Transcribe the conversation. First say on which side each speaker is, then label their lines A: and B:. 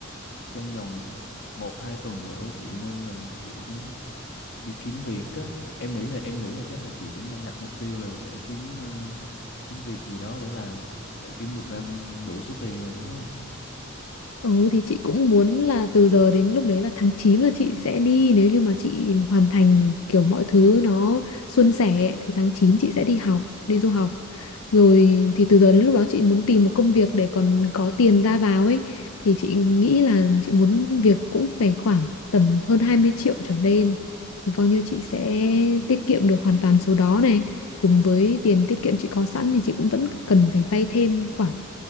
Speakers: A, on the left (about 55°); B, on the left (about 85°).
A: trong vòng một hai tuần nữa chị nên là kiểu đi kiếm việc á em nghĩ là em nghĩ là chắc là chị cũng đang đặt mục tiêu là sẽ kiếm ờ, kiếm việc gì đó để làm để kiếm được ra đủ số tiền rồi đúng không
B: Ừ thì chị cũng muốn là từ giờ đến lúc đấy là tháng chín là chị sẽ đi nếu như mà chị hoàn thành kiểu mọi thứ nó suôn sẻ thì tháng 9 chị sẽ đi học, đi du học. Rồi thì từ giờ đến lúc đó chị muốn tìm một công việc để còn có tiền ra vào ấy thì chị nghĩ là chị muốn việc cũng phải khoảng tầm hơn 20 triệu trở lên thì coi như chị sẽ tiết kiệm được hoàn toàn số đó này. Cùng với tiền tiết kiệm chị có sẵn thì chị cũng vẫn cần phải vay thêm khoảng